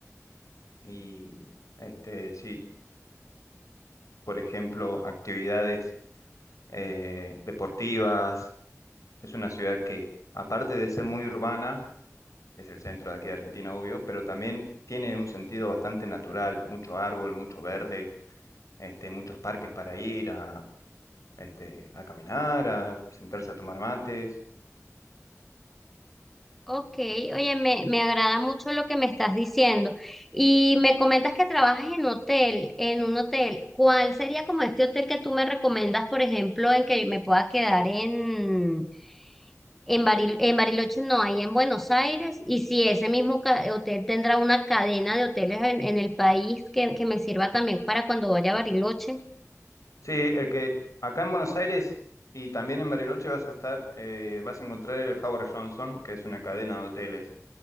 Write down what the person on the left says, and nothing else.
y este, sí, por ejemplo, actividades eh, deportivas. Es una ciudad que, aparte de ser muy urbana, es el centro de aquí de Argentina, obvio, pero también tiene un sentido bastante natural, mucho árbol, mucho verde, este, muchos parques para ir a, este, a caminar, a sentarse a tomar mates
Sí, el que acá en Buenos Aires y también en Bariloche vas a estar, eh, vas a encontrar el Howard Johnson, que es una cadena de hoteles.